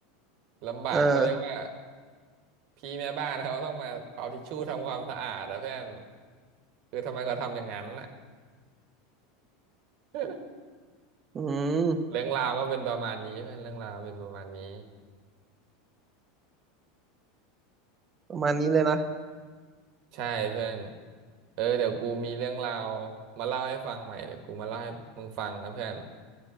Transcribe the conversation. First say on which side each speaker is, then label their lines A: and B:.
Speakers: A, on the right; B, on the right.
A: ลำบากเขาเรียกว่า
B: เออ
A: พี่แม่บ้านเขาต้องมาเอาทิชชู่ทำความสะอาดอ่ะเพื่อนคือทำไมเขาทำอย่างนั้นอ่ะ <laughs>
B: อืม
A: เรื่องราวก็เป็นประมาณนี้เพื่อนเรื่องราวเป็นประมาณนี้
B: ประมาณนี้เลยนะ
A: ใช่เพื่อนเออเดี๋ยวกูมีเรื่องราวมาเล่าให้ฟังใหม่เดี๋ยวกูมาเล่าให้มึงฟังนะเพื่อน